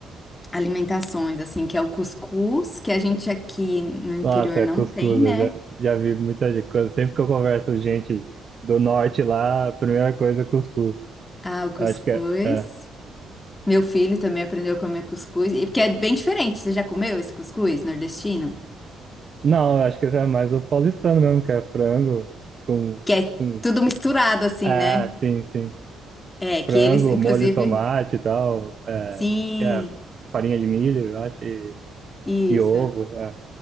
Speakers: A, on the left (about 25°); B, on the right (about 45°).
A: alimentações, assim, que é o cuscuz, que a gente aqui no interior
B: nossa,
A: não
B: é cuscuz,
A: tem, né?
B: eu já, já vi muita gente. Quando- Sempre que eu converso com gente do norte lá, a primeira coisa é cuscuz.
A: Ah, o cuscuz.
B: Acho que é. é.
A: Meu filho também aprendeu a comer cuscuz, e porque é bem diferente. Você já comeu esse cuscuz nordestino?
B: Não, eu acho que esse é mais o paulistano mesmo, que é frango com,
A: Que é
B: com...
A: tudo misturado, assim,
B: é
A: né?
B: sim, sim.
A: É, que
B: Frango,
A: eles, inclusive.
B: molho, tomate e tal. É,
A: Sim,
B: é, farinha de milho, eu acho, e,
A: isso.
B: e ovo. É,